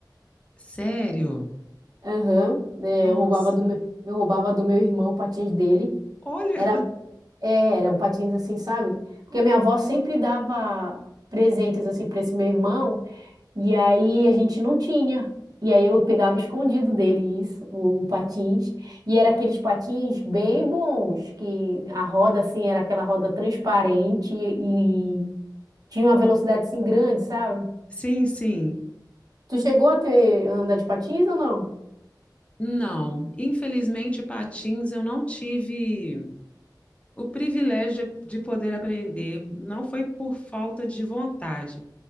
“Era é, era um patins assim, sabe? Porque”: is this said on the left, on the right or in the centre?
Right